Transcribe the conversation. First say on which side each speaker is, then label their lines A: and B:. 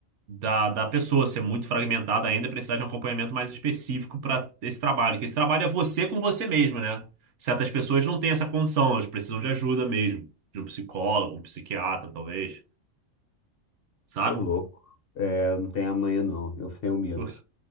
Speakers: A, on the right; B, on the left.
A: da, da pessoa ser muito fragmentada ainda, precisar de um acompanhamento mais específico para esse trabalho. Que esse trabalho é você com você mesmo, né? Certas pessoas não têm essa condição, elas precisam de ajuda mesmo, de um psicólogo, um psiquiatra, talvez, sabe?
B: Ô, louco. É, eu não tenho amanhã, não. Eu tenho medo.
A: Por-